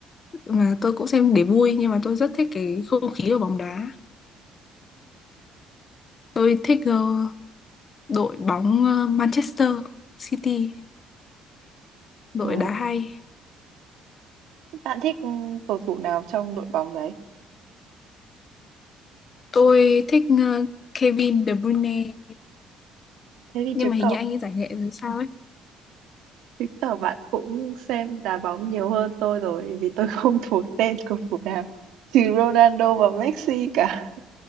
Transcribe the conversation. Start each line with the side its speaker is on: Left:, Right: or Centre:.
Left: mà tôi cũng xem để vui nhưng mà tôi rất thích cái không khí của bóng đá tôi thích ờ, đội bóng ờ, Manchester City đội
Right: Ừm.
Left: đá hay
Right: Bạn thích, ưm, cầu thủ nào trong đội bóng đấy?
Left: tôi thích ờ, Kevin De Bruyne
Right: Thế thì
Left: nhưng
Right: chứng
Left: mà hình
Right: tỏ
Left: như anh ấy giải nghệ rồi sao ấy
Right: chứng tỏ bạn cũng xem đá bóng nhiều hơn tôi rồi, vì tôi <laughs> không thuộc tên cầu thủ nào, trừ Ronaldo và Messi cả.